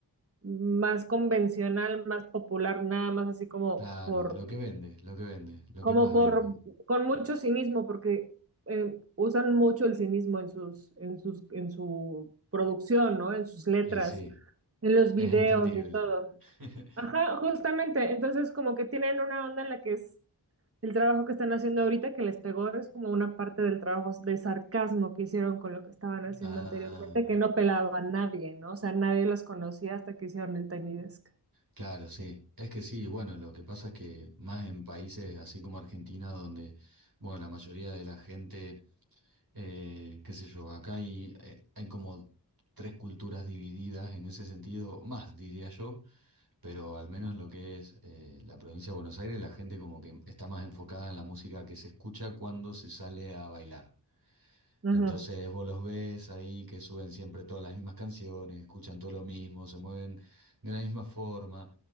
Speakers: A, on the right; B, on the right.
A: más convencional, más popular, nada más así como
B: Claro,
A: por,
B: lo que vende, lo que vende, lo
A: como
B: que más vende.
A: por, con mucho cinismo, porque eh, usan mucho el cinismo en sus, en sus, en su producción, ¿no? En sus letras,
B: Y sí,
A: en los
B: es
A: videos
B: entendible.
A: y todo.
B: <laughs>
A: Ajá, justamente. Entonces como que tienen una onda en la que es el trabajo que están haciendo ahorita que les pegó es como una parte del trabajo de sarcasmo que hicieron con lo que estaban haciendo
B: Ah,
A: anteriormente, que no pelaba a nadie, ¿no? O sea, nadie los conocía hasta que hicieron el Tiny Desk.
B: claro, sí. Es que sí, bueno, lo que pasa es que más en países así como Argentina, donde, bueno, la mayoría de la gente Eh, qué sé yo, acá hay, eh, hay como tres culturas divididas en ese sentido, más diría yo, pero al menos lo que es eh, la provincia de Buenos Aires, la gente como que está más enfocada en la música que se escucha cuando se sale a bailar.
A: Ujú.
B: Entonces vos los ves ahí que suben siempre todas las mismas canciones, escuchan todo lo mismo, se mueven de la misma forma